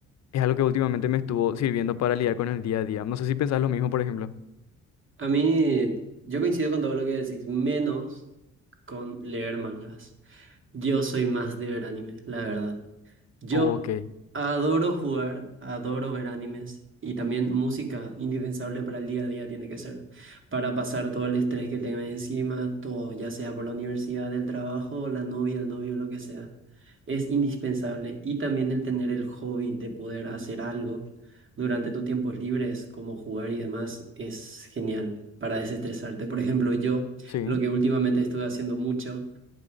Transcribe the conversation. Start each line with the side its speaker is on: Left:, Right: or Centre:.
Left: es algo que últimamente me estuvo sirviendo para lidiar con el día a día. No sé si pensás lo mismo, por ejemplo.
Right: A mí, yo coincido con todo lo que decís, menos con leer mangas. Yo soy más de ver animes, la verdad. Yo
Left: Ok,
Right: adoro jugar, adoro ver animes y también música, indispensable para el día a día tiene que ser, para pasar todo el estrés que tengas encima, todo, ya sea por la universidad, el trabajo, la novia, el novio, lo que sea. Es indispensable y también el tener el hobby de poder hacer algo durante tus tiempos libres, como jugar y demás, es genial para desestresarte. Por ejemplo, yo
Left: sí.
Right: lo que últimamente estuve haciendo mucho